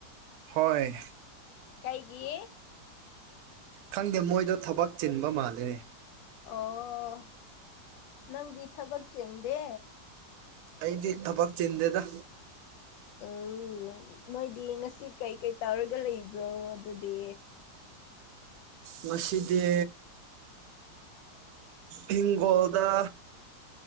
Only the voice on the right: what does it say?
ꯍꯣꯏ
ꯈꯪꯗꯦ ꯃꯣꯏꯗꯣ ꯊꯕꯛ ꯆꯤꯟꯕ ꯃꯥꯜꯂꯤꯅꯦ꯫
ꯑꯩꯗꯤ ꯊꯕꯛ ꯆꯤꯟꯗꯦꯗ
ꯉꯗꯤ ꯍꯦꯡꯒꯣꯜꯗ